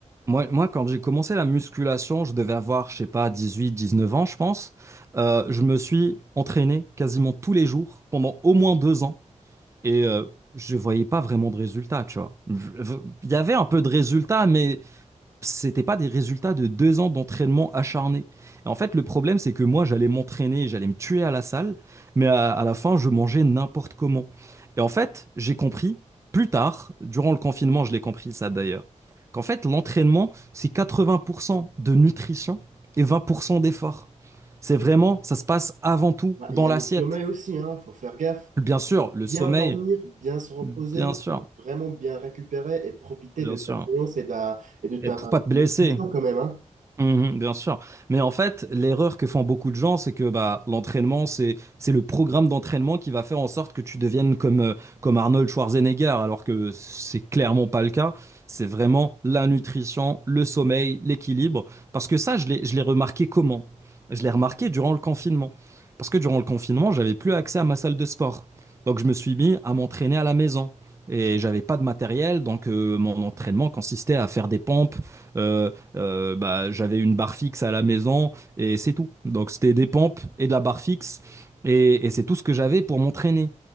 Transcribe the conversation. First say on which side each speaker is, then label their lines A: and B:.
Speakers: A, on the right; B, on the right.
A: Moi, moi quand j'ai commencé la musculation, je devais avoir, je sais pas, 18, 19 ans, je pense. Euh, je me suis entraîné quasiment tous les jours pendant au moins deux ans. Et euh, je voyais pas vraiment de résultats, tu vois. Je- je- Il y avait un peu de résultats, mais c'était pas des résultats de deux ans d'entraînement acharné. Et en fait, le problème, c'est que moi, j'allais m'entraîner, j'allais me tuer à la salle, mais à, à la fin, je mangeais n'importe comment. Et en fait, j'ai compris plus tard, durant le confinement, je l'ai compris ça d'ailleurs, qu'en fait, l'entraînement, c'est 80% de nutrition et 20% d'effort. C'est vraiment, ça se passe avant tout
B: Bah,
A: dans
B: Il y a
A: l'assiette.
B: le sommeil aussi, hein. Faut faire gaffe.
A: Bien sûr,
B: Pour
A: le
B: bien
A: sommeil,
B: dormir, bien se reposer,
A: bien sûr,
B: pour vraiment bien récupérer et profiter
A: bien
B: de ta
A: sûr.
B: séance et de, et de ta
A: Et pour pas te blesser,
B: nutrition quand même, hein.
A: Mhm, bien sûr. Mais en fait, l'erreur que font beaucoup de gens, c'est que bah, l'entraînement, c'est, c'est le programme d'entraînement qui va faire en sorte que tu deviennes comme, euh, comme Arnold Schwarzenegger, alors que c'est clairement pas le cas. C'est vraiment la nutrition, le sommeil, l'équilibre. Parce que ça, je l'ai, je l'ai remarqué comment? Je l'ai remarqué durant le confinement. Parce que durant le confinement, j'avais plus accès à ma salle de sport. Donc, je me suis mis à m'entraîner à la maison. Et j'avais pas de matériel, donc euh, mon entraînement consistait à faire des pompes, euh, euh, bah, j'avais une barre fixe à la maison et c'est tout. Donc c'était des pompes et de la barre fixe et, et c'est tout ce que j'avais pour m'entraîner.